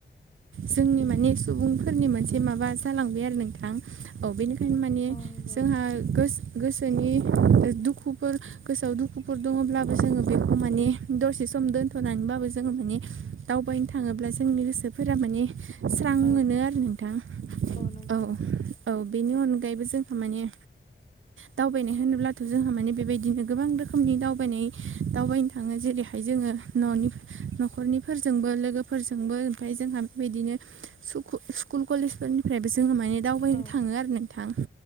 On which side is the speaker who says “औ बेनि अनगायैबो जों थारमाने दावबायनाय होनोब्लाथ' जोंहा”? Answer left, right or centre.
Right